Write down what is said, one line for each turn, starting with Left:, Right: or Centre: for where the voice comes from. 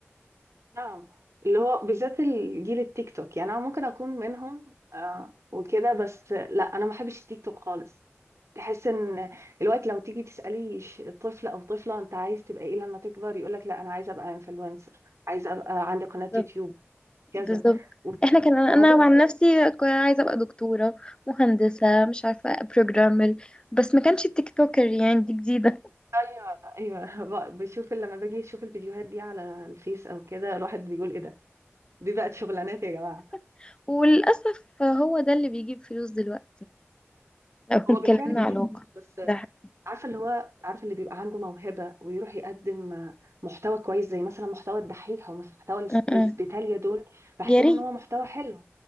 Right: نعم اللي هو بالذات الجيل التيك توك يعني انا ممكن اكون منهم آه وكده بس لا انا ما بحبش التيك توك خالص تحس ان الوقت لو تيجي تسالي ش- طفل او طفله انت عايز تبقى ايه لما تكبر يقول لك لا انا عايز ابقى انفلونسر عايز ابقى عندي قناه
Left: بالظبط
Right: يوتيوب كذا
Left: بالظبط.
Right: وط-
Left: احنا كان انا
Right: طب هتنشر
Left: عن نفسي كنت عايزه ابقى دكتوره مهندسه مش عارفه بروجرامر بس ما كانش التيك توكر يعني دي جديده
Right: ايوه ايوه <laughs> ب- بشوف لما باجي اشوف الفيديوهات دي على الفيس او كده الواحد بيقول ايه ده دي بقت شغلانات يا جماعه
Left: <laughs> وللاسف هو ده اللي بيجيب فلوس دلوقتي يعني لو
Right: هو
Left: اتكلمنا
Right: بالفعل بيجيب
Left: على الواقع
Right: فلوس بس
Left: ده حقيقي.
Right: عارفه اللي هو عارفه اللي بيبقى عنده موهبه ويروح يقدم آه، محتوى كويس زي مثلا محتوى الدحيح او محتوى الاس-
Left: أه
Right: الاسبيتاليا
Left: أه.
Right: دول بحسهم
Left: يا ريت
Right: ان هو محتوى حلو